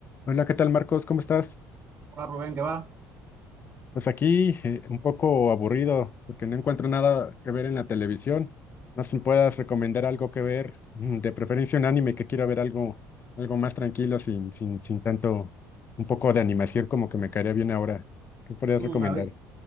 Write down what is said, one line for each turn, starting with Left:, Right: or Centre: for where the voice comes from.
Left: Hola, ¿qué tal, Marcos? ¿Cómo estás?
Right: Hola Rubén, ¿qué va?
Left: Pues aquí eh, un poco aburrido porque no encuentro nada que ver en la televisión. No sé si puedas recomendar algo que ver, mm, de preferencia un anime que quiero ver algo, algo más tranquilo, sin, sin, sin tanto, un poco de animación como que me caería bien ahora. ¿Qué podrías
Right: Mm,
Left: recomendar?
Right: a ver,